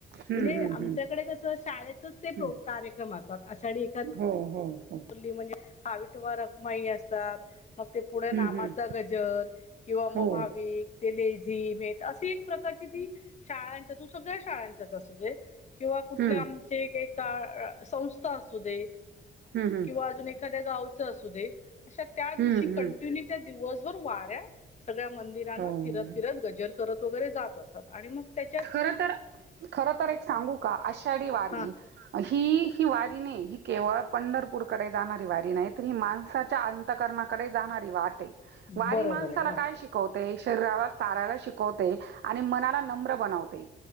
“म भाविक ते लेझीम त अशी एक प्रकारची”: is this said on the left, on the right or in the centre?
Left